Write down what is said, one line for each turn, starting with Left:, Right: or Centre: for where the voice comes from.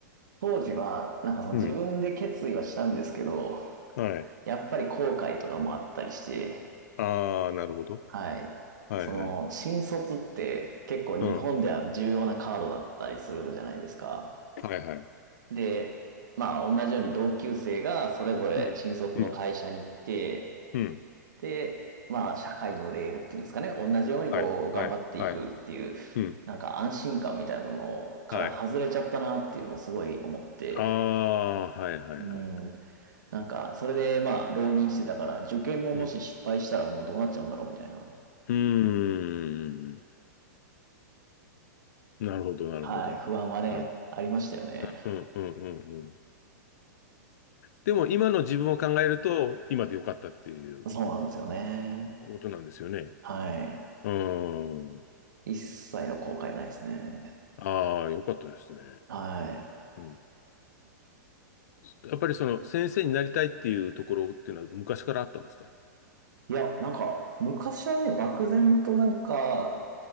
Right: 当時は、なんかその自分で決意はしたんですけど、
Left: うん。はい。
Right: やっぱり後悔とかもあったりして、
Left: ああ、なるほど。
Right: はい。
Left: はいはい。
Right: その、新卒って結構日本では重要なカードだったりするじゃないですか。
Left: うん。はいはい。
Right: で、まあ同じように同級生がそれぞれ新卒の会社に行って、
Left: うん。うん。うん。
Right: で、まあ、社会のレールっていうんですかね、同じようにこう、
Left: はい。
Right: 頑張っていくっていう、
Left: はい。はい。うん。
Right: なんか安心感みたいなのから外れちゃったなっていうのをすごい思って、
Left: はい。ああ、はいはいはい。
Right: うん、なんか、それでまあ、浪人してたから、受験ももし失敗したらもうどうなっちゃうんだろうみたいな、
Left: うん。うーん。なるほど、なるほど。
Right: はい、不安はね、
Left: はい。うん、
Right: ありましたよね。
Left: うん、うん、うん。でも今の自分を考えると、今でよかったっていう
Right: そうなんですよね。
Left: ことなんですよね。
Right: はい。
Left: うーん。
Right: 一切の後悔ないですね。
Left: ああ、よかったですね。
Right: はい。
Left: うん。やっぱりその先生になりたいっていうところっていうのは昔からあったんですか
Right: いや、なんか、昔はね、漠然となんか、